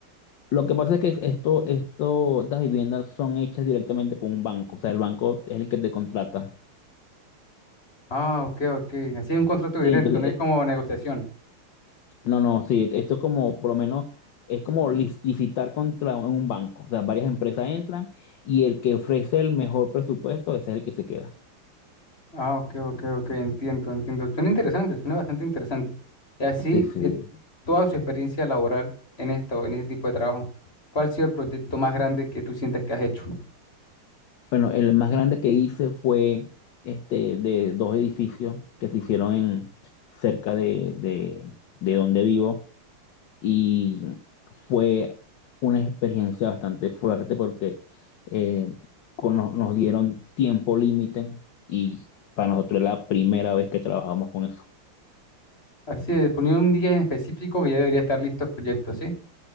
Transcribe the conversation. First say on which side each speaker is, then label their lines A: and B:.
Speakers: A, on the left; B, on the left.
A: Lo que pasa es que esto, esto, estas viviendas son hechas directamente con un banco, o sea, el banco es el que te contrata.
B: Ah, ok, ok. Así es un contrato directo,
A: Sí, entonces,
B: no
A: eh,
B: es como negociación.
A: no, no, sí, esto es como, por lo menos, es como lic- licitar contra un banco, o sea, varias empresas entran y el que ofrece el mejor presupuesto, ese es el que se queda.
B: Ah, ok, ok, ok, entiendo, entiendo. Suena interesante, suena bastante interesante. Y así,
A: Sí, sí.
B: de toda su experiencia laboral en esto, en este tipo de trabajo, ¿cuál ha sido el proyecto más grande que tú sientes que has hecho?
A: Bueno, el más grande que hice fue este de dos edificios que se hicieron en cerca de, de, de donde vivo y fue una experiencia bastante fuerte porque eh, con- nos, nos dieron tiempo límite y para nosotros era la primera vez que trabajamos con eso.
B: Así, de poniendo un día en específico que ya debería estar listo el proyecto, ¿sí?